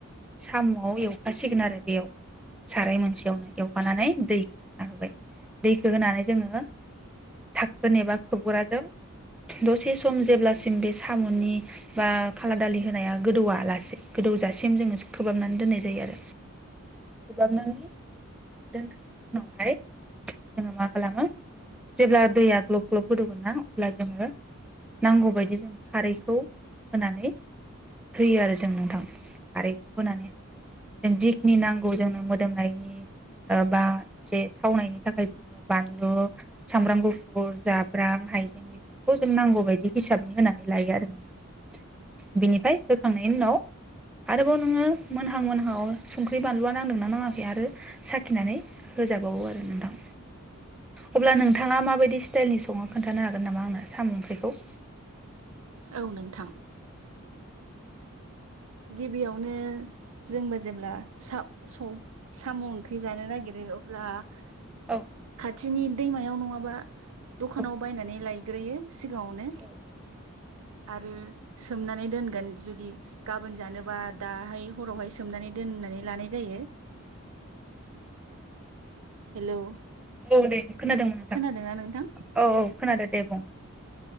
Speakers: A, in the centre; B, on the right.
A: साम'आव एवफासिगोन आरो बेयाव साराय मोनसेयावनो एवफानानै दैखो होना होबाय दैखो होनानै जोङो थाखोन एबा खोबग्राजों दसे सम जेब्लासिम बे साम'नि बा खाला दालि होनाया गोदौलासे गोदौजासिम जोङो खोबहाबनानै दोननाय जायो आरो खोबहाबनानै दोनखांनायनि उनावहाय जोङो मा खालामो जेब्ला दैया ग्लब ग्लब गोदौगोन ना अब्ला जोङो नांगौबायायदि जों खारैखौ होनानै होयो आरो जों नोंथां खारैखौ होनानै जों जिखिनि नांगौ जोंनो मोदोमनायनि बा एसे थावनायनि थाखाय जोंङो बानलु सामब्राम गुफुर जाब्रां हाइजें बेफोरखौ जों नांगौ बायदि हिसाबनि होनानै लायो आरो नोंथां बिनिफ्राय होखांनायनि उनाव आरोबाव नोङो मोनहां मोनहांव संख्रि बानलु नांदोंना नाङाखै आरो साखिनानै होजाबावो आरो नोंथां अब्ला नोंथाङा माबायदि स्टाइलनि सङो खोन्थानो हागोन नामा आंना साम' ओंख्रिखौ
B: औ नोंथां गिबियावनो जोंबो जेब्ला साव-सौ-साम' ओंख्रि जानो नागिर अब्ला खा
A: औ
B: खाथिनि दैमायाव नङाबा दखानाव
A: औ
B: बायनानै लायो ग्रोयो सिगाङावनो
A: औ
B: आरो सोमनानै दोनगोन जुदि गाबोन जानोबा दाहाय हरावहाय सोमनानै दोननानै लानाय जायो हेलौ
A: औ दे खोनादोंमोन नोंथां
B: खोनादोंना नोंथां
A: औ औ खोनादो दे बुं